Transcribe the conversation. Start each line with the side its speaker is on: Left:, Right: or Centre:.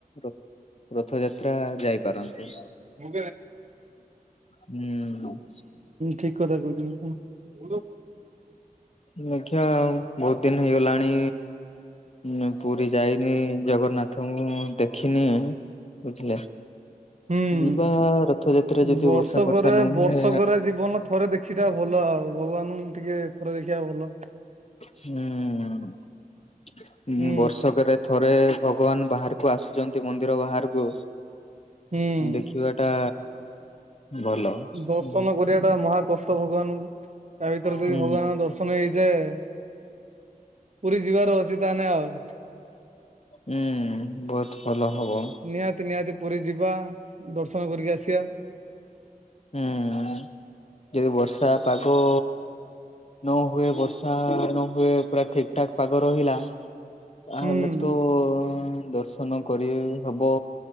Left: ର ରଥଯାତ୍ରା ଯାଇପାରନ୍ତେ।
Right: ହୁଁ
Left: ହୁଁ
Right: ଠିକ କଥା କହୁଛୁ
Left: ଦେଖିବା ବହୁତ ଦିନ ହେଇଗଲାଣି ନ ପୁରୀ ଯାଇନି ଜଗନ୍ନାଥଙ୍କୁ ମୁଁ ଦେଖିନି ବୁଝିଲେ
Right: ହୁଁ
Left: ଯିବା ରଥଯାତ୍ରା ଯଦି
Right: ବର୍ଷ
Left: ବର୍ଷା ଫର୍ଷା
Right: କରେ
Left: ନହୁଏ
Right: ବର୍ଷ କରେ ଜୀବନ ଥରେ ଦେଖି ଟା ଭଲ ଆଉ ଭଗବାନଙ୍କୁ ଟିକେ ଥରେ ଦେଖିବା ଭଲ
Left: ହୁଁ
Right: ହୁଁ
Left: ବର୍ଷକରେ ଥରେ ଭଗବାନ ବାହାରକୁ ଆସୁଚନ୍ତି ମନ୍ଦିର ବାହାରକୁ
Right: ହୁଁ
Left: ଦେଖିବା ଟା ଭଲ
Right: ଦର୍ଶନ
Left: ହୁଁ
Right: କରିବା ଟା ମହା କଷ୍ଟ ଭଗବାନଙ୍କୁ ତା ଭିତରେ ଯଦି
Left: ହୁଁ
Right: ଭଗବାନଙ୍କ ଦର୍ଶନ ସନ ହେଇଯାଏ ପୁରୀ ଯିବାର ଅଛି ତାନେ ଆଉ
Left: ହୁଁ ବହୁତ ଭଲ ହବ
Right: ନିହାତି ନିହାତି ପୁରୀ ଯିବା ଦର୍ଶନ କରିକି ଆସିବା
Left: ହୁଁ ଯଦି ବର୍ଷା ପାଗ ନ ହୁଏ ବର୍ଷା ନ ହୁଏ ପୁରା ଠିକ ଠାକ୍ ପାଗ ରହିଲା ତାହେଲେ
Right: ହୁଁ।
Left: ତ ଦର୍ଶ ଦର୍ଶନ କରି ହବ